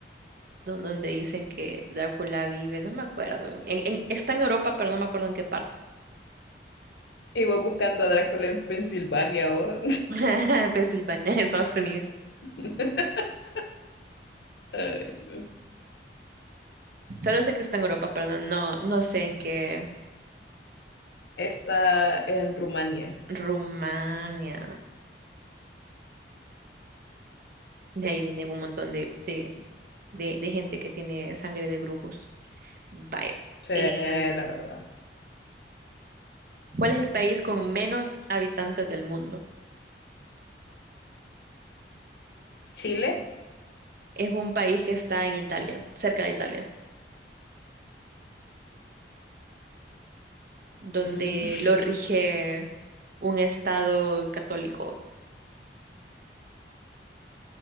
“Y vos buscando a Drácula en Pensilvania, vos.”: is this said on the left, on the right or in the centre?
Left